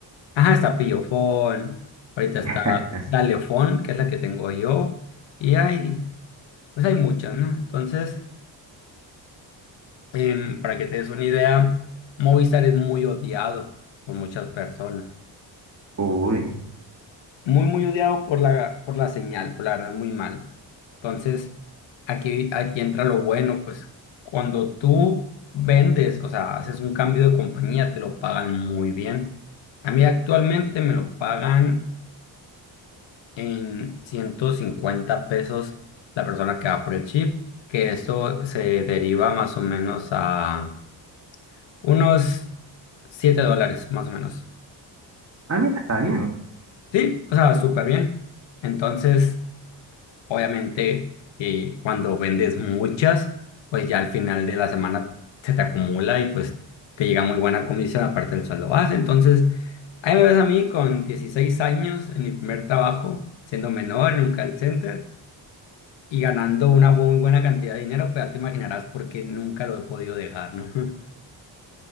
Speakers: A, on the left; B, on the right.
A: Ajá, está Pillofón. Ahorita está
B: <laughs>
A: Dalefón, que es la que tengo yo. Y hay, pues hay muchas, ¿no? Entonces, em, para que te des una idea, Movistar es muy odiado por muchas personas.
B: Uy.
A: muy, muy odiado por la, por la señal, por la verdad, muy mal. Entonces, aquí, aquí entra lo bueno, pues cuando tú vendes, o sea, haces un cambio de compañía, te lo pagan muy bien. A mí actualmente me lo pagan en 150 pesos la persona que va por el chip, que eso se deriva más o menos a unos 7 dólares, más o menos.
B: Ah, mira, está bien.
A: Sí, o sea, súper bien. Entonces, Obviamente, eh, cuando vendes muchas, pues ya al final de la semana se te acumula y pues te llega muy buena comisión aparte del sueldo base. Entonces, ahí me ves a mí con 16 años en mi primer trabajo, siendo menor en un call center y ganando una muy buena cantidad de dinero, pues ya te imaginarás por qué nunca lo he podido dejar, ¿no? <laughs>